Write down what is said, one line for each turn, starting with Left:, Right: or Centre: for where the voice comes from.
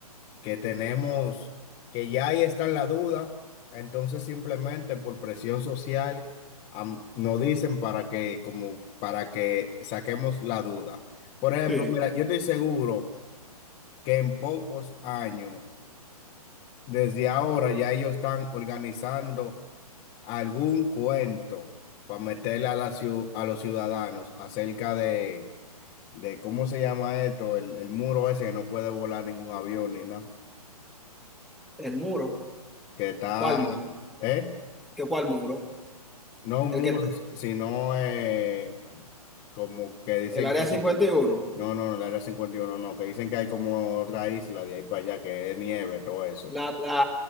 Left: que tenemos, que ya ahí está en la duda, entonces simplemente por presión social am- nos dicen para que, como, para que saquemos la duda. Por ejemplo,
Centre: sí,
Left: mira, yo estoy seguro que en pocos años, desde ahora, ya ellos están organizando algún cuento para meterle a, la ciu- a los ciudadanos acerca de, de cómo se llama esto, el, el muro ese que no puede volar ningún avión ni nada,
Centre: el muro.
Left: que está,
Centre: ¿Cuál muro?
Left: ¿eh?
Centre: ¿Qué cuál muro?
Left: No un
Centre: El
Left: muro,
Centre: que,
Left: sino eh, como que dicen
Centre: el área
Left: que hay,
Centre: 51
Left: no, no, no, la área cincuenta y uno no, no, que dicen que hay como otra isla de ahí para allá que es nieve, todo eso,
Centre: la, la,